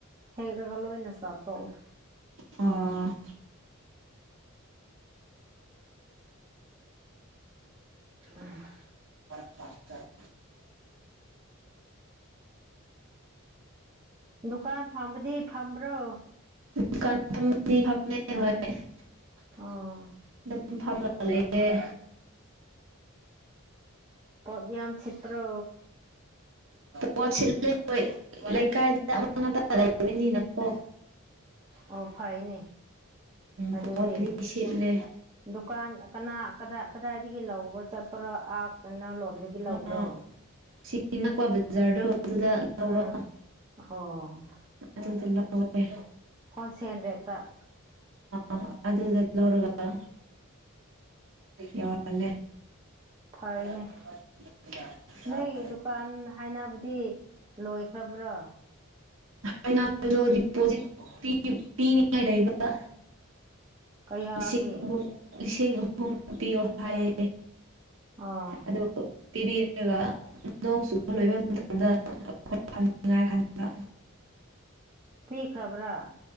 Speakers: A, on the right (about 20°); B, on the right (about 60°).
A: ꯍꯦꯛꯂꯒ ꯂꯣꯏꯅ ꯆꯥꯊꯣꯛꯏ
B: ꯑꯣ
A: <unintelligible>
B: <unintelligible>
A: ꯗꯨꯀꯥꯟ ꯐꯝꯕꯗꯤ ꯐꯝꯕ꯭ꯔꯣ
B: ꯍꯧꯖꯤꯛꯀꯥꯟ ꯐꯝꯗꯤ ꯐꯝꯃꯦ <unintelligible>
A: ꯑꯣ
B: ꯑꯗꯨꯝ ꯐꯝꯃ ꯂꯩꯌ‌ꯦ꯫
A: ꯄꯣꯌꯥꯝ ꯆꯦꯇ꯭ꯔ
B: ꯄꯣꯠꯁꯤꯣꯏ ꯂꯩꯀꯥꯏꯗ ꯑꯃꯥꯡ ꯂꯩꯅꯤꯅ ꯎꯝ
A: ꯑꯣ ꯐꯩꯅꯦ ꯑꯗꯨꯗꯤ
B: ꯄꯣ ꯇꯔꯤꯁꯤꯠꯂꯦ
A: ꯗꯨꯀꯥꯟ ꯀꯅꯥ ꯀꯗꯥꯏ ꯀꯗꯥꯏꯗꯒꯤ ꯂꯧꯕ ꯆꯠꯄ꯭ꯔꯣ ꯑꯥ ꯀꯩꯅꯣ ꯂꯣꯝꯗꯒꯤ ꯂꯧꯕ꯭ꯔꯣ
B: ꯑꯣ ꯁꯤ ꯅꯛꯄ ꯕꯖꯥꯔꯗꯣ ꯑꯗꯨꯗ ꯂꯧꯕ
A: ꯎꯝ ꯑꯣ
B: ꯑꯗꯨꯗ ꯂꯥꯎꯑꯦ꯫
A: ꯍꯣꯜꯁꯦꯜ ꯔꯦꯠꯇ
B: ꯑ ꯑꯗꯨꯗ ꯂꯧꯔꯒ ꯌꯥꯔꯜꯂꯦ
A: ꯐꯩꯅꯦ
B: <unintelligible>
A: ꯅꯣꯏꯒꯤ ꯗꯨꯀꯥꯟ ꯍꯥꯏꯅꯕꯗꯤ ꯂꯣꯏꯈ꯭ꯔꯕ꯭ꯔꯣ
B: ꯍꯥꯏꯗꯣ ꯗꯤꯄꯣꯖꯤꯠ ꯄꯤꯅꯤꯡꯉꯥꯏ ꯂꯩꯕ
A: ꯀꯌꯥꯒꯤ
B: ꯂꯤꯁꯤꯡ ꯑꯍꯨꯝ ꯂꯤꯁꯤꯡ ꯑꯍꯨꯝ ꯄꯤꯌꯣ ꯍꯥꯏ
A: ꯑꯣ
B: ꯑꯗꯨ꯫ ꯄꯤꯕꯤꯔꯒ ꯅꯣꯡ ꯆꯨꯕ ꯂꯣꯏꯕ ꯃꯇꯝꯗꯝꯉꯥꯏ ꯈꯟꯕ
A: ꯄꯤ ꯈ꯭ꯔꯥꯕ꯭ꯔꯥ